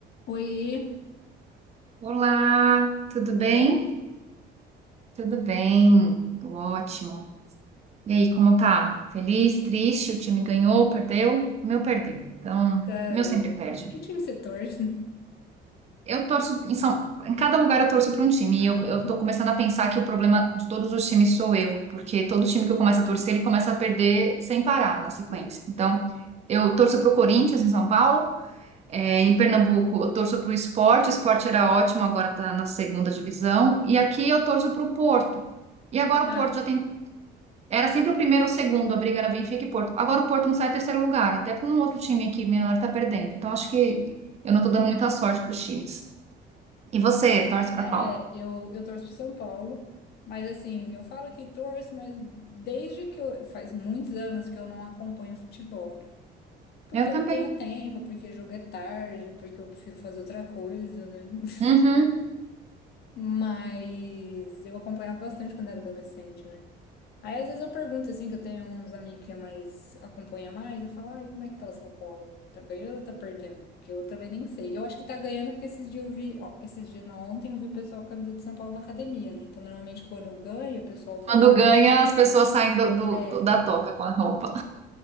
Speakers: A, on the left (about 60°); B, on the right (about 35°).
A: Oi,
B: Olá, tudo bem?
A: tudo bom?
B: Tudo bem, tudo ótimo. E aí, como tá? Feliz, triste? O time ganhou, perdeu? O meu perdeu. Então,
A: Cara,
B: o meu sempre perde.
A: que time você torce?
B: Eu torço em São, em cada lugar eu torço para um time.
A: Ah,
B: E eu, eu tô começando a pensar que o problema de todos os times sou eu, porque todo time que eu começo a torcer, ele começa a perder sem parar na sequência.
A: <laughs>
B: Então, eu torço para o Corinthians em São Paulo. É,
A: ah,
B: em
A: tá.
B: Pernambuco, eu torço para o Sport, o Sport era ótimo, agora está na segunda divisão. E aqui eu torço para o Porto. E agora
A: Ah,
B: o Porto já tem. Era sempre o primeiro ou o segundo, a briga era Benfica e Porto. Agora o Porto não sai terceiro lugar, até porque um outro time aqui menor está perdendo. Então acho que eu não estou dando muita sorte para os times. E você, torce para
A: é,
B: qual?
A: eu, eu torço pro São Paulo, mas assim, eu falo que torço, mas desde que eu, faz muitos anos que eu não acompanho futebol, né? Porque
B: Eu
A: eu
B: também.
A: não tenho tempo, porque jogo é tarde, porque eu prefiro fazer outra coisa, né? <laughs>
B: Uhum.
A: Mas eu acompanhava bastante quando era adolescente, né? Aí às vezes eu pergunto assim, que eu tenho uns amigos que mais acompanha mais, eu falo, ai, como é que tá o São Paulo? Tá ganhando ou tá perdendo? Porque eu também nem sei. Eu acho que tá ganhando porque esses dias eu vi, ó, esses dias não, ontem eu vi o pessoal com a camisa de São Paulo na academia, né? Então normalmente quando eu ganho, o pessoal vai.
B: Quando ganha, as pessoas saem do, do-
A: É,
B: do- da toca com a roupa.